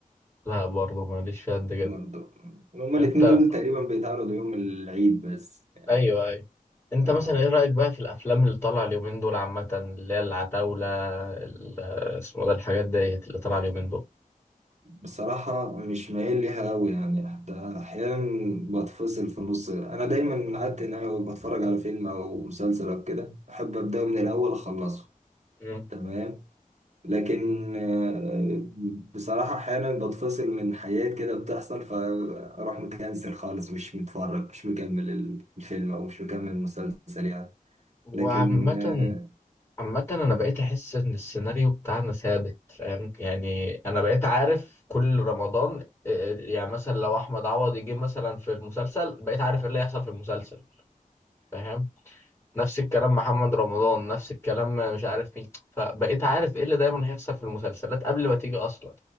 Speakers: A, on the left; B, on the right.
A: لا برضه ماليش فيها قد كده
B: برضه هما
A: انت
B: الاتنين دول تقريبا بيتعرضوا يوم العيد بس يعني،
A: ايوه ايوه انت
B: آه.
A: مثلا ايه رأيك بقى في الافلام اللي طالعة اليومين دول عامة اللي هي العتاولة ال- اسمه ده الحاجات ديت اللي طالعة اليومين دول
B: بصراحة مش مايل ليها أوي يعني حتى أحيانا بتفصل في النص أنا دايما من عادتي إن أنا بتفرج على فيلم أو مسلسل أو كده أحب أبدأه من الأول أخلصه
A: مم.
B: تمام لكن آه، بصراحة أحيانا بتفصل من حاجات كده بتحصل فأروح مكنسل خالص مش متفرج مش مكمل ال- الفيلم أو مش مكمل المسلسل يعني
A: وعامة
B: لكن آه،
A: عامة أنا
B: مم.
A: بقيت أحس إن السيناريو بتاعنا ثابت فاهم يعني أنا بقيت عارف كل رمضان آه، يعني مثلا لو أحمد عوض يجي مثلا في المسلسل بقيت عارف إيه اللي هيحصل في المسلسل فاهم نفس الكلام محمد رمضان نفس الكلام مش عارف مين فبقيت عارف إيه اللي دايما هيحصل في المسلسلات قبل ما تيجي أصلا